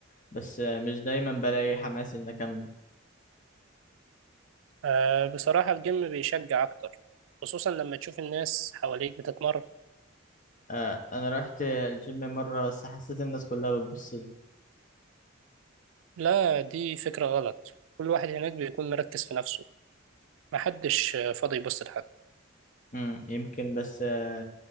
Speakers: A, on the left; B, on the right.
A: بس آه مش دايما بلاقي حماس ان اكمل
B: أه بصراحة الجيم بيشجع أكتر خصوصا لما تشوف الناس حواليك بتتمرن
A: آه انا رحت الجيم مرة بس حسيت الناس كلها بتبصلي
B: لا دي فكرة غلط كل واحد هناك بيكون مركز في نفسه محدش آه، فاضي يبص لحد
A: مم، يمكن بس آه